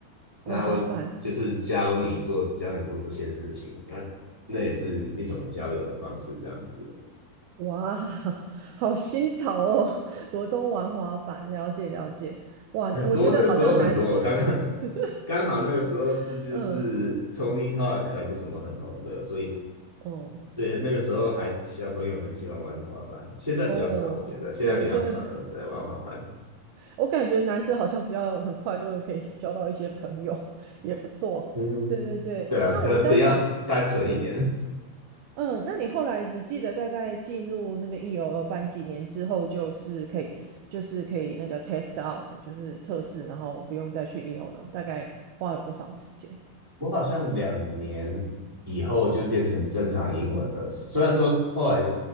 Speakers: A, on the right; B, in the centre.
A: 哦，
B: 那他会就是教你做教你做这些事情，
A: 滑板，
B: 那那也是一种交友的方式，这样子。
A: 哇，<laughs> 好新潮哦！<laughs> 国中玩滑板，了解了解。哇，
B: 很多那个时候很多，
A: 我觉得好像男生
B: 刚刚
A: <laughs> 是，
B: <laughs> 刚好那个时候是就是
A: <laughs> 嗯，
B: Tony Hawk 还是什么很红的，所以
A: 哦
B: 所以那个时候还小朋友很喜欢玩的滑板，现在比较少，
A: 哦，
B: 我觉得现在比较少人在玩滑板。
A: 对对对，我感觉男生好像比较很快就可以交到一些朋友，<laughs> 也不错。
B: 嗯，
A: 对对对，
B: 对啊，
A: 那我在想，
B: 可能比较单纯一点。
A: 是。嗯，那你后来你记得大概进入那个 EOL 班几年之后，就是可以就是可以那个 test out，就是测试，然后不用再去 EOL，大概花了多长时间？
B: 我好像两年以后就变成正常英文了。虽然说后来，